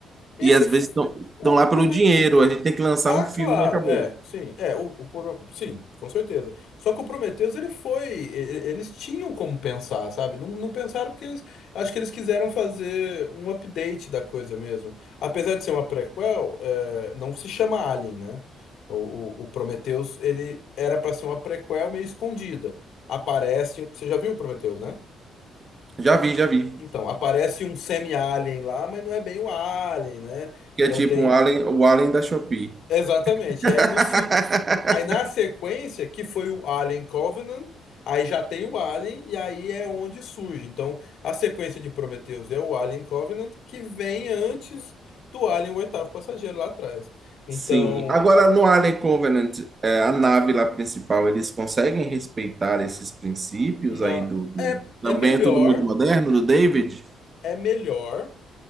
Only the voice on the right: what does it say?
E às
vezes estão
lá
pelo dinheiro, a gente tem que lançar
um filme
e acabou.
Já vi, já vi.
Que
é tipo
um Alien, o Alien da Shopee.
<laughs>
Sim. Agora,
no Alien Covenant, é, a nave lá principal, eles conseguem respeitar esses princípios
aí do, do-
Também
é tudo muito moderno, do David?